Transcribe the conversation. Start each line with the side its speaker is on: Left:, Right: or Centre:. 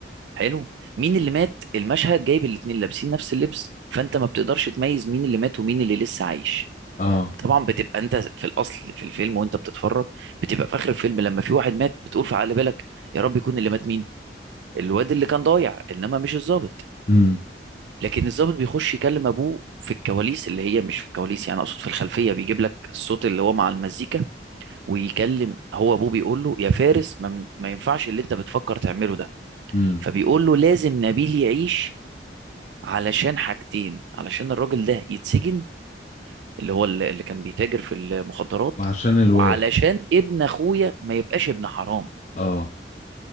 Right: حلو مين اللي مات المشهد جايب الاتنين لابسين نفس اللبس فانت ما بتقدرش تميز مين اللي مات ومين اللي لسه عايش
Left: اه
Right: طبعا بتبقى انت في الاصل في الفيلم وانت بتتفرج بتبقى في اخر الفيلم لما في واحد مات بتقول في عقل بالك يا رب يكون اللي مات مين الواد اللي كان ضايع انما مش الضابط
Left: امم
Right: لكن الضابط بيخش يكلم ابوه في الكواليس اللي هي مش في الكواليس يعني اقصد في الخلفيه بيجيب لك الصوت اللي هو مع المزيكا ويكلم هو ابوه بيقول له يا فارس ما, ما ينفعش اللي انت بتفكر تعمله ده
Left: امم
Right: فبيقول له لازم نبيل يعيش علشان حاجتين علشان الراجل ده يتسجن اللي هو اللي اللي كان بيتاجر في المخدرات
Left: وعشان الواد
Right: وعلشان ابن اخويا ما يبقاش ابن حرام
Left: اه